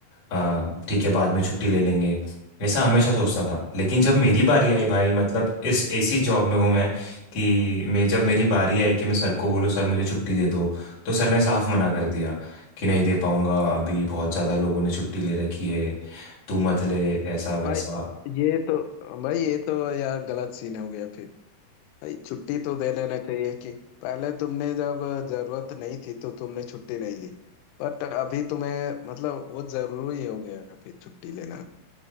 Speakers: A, on the left (about 50°); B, on the left (about 85°).
A: आ, ठीक है बाद में छुट्टी ले लेंगे ऐसा हमेशा सोचता था लेकिन जब मेरी बारी आई भाई मतलब इस ऐसी जॉब में हूँ मैं कि मैं जब मेरी बारी आई कि मैं सर को बोलूँ सर मुझे छुट्टी दे दो तो सर ने साफ मना कर दिया कि नहीं दे पाऊंगा अभी बहुत ज़्यादा लोगों ने छुट्टी ले रखी है तू मत ले ऐसा वैसा
B: भाई ये तो भाई ये तो यार गलत सीन हो गया फिर भाई छुट्टी तो दे लेना चाहिए कि पहले तुमने जब जरूरत नहीं थी तो तुमने छुट्टी नहीं ली बट अभी तुम्हें मतलब वो जरूरी हो गया है अभी छुट्टी लेना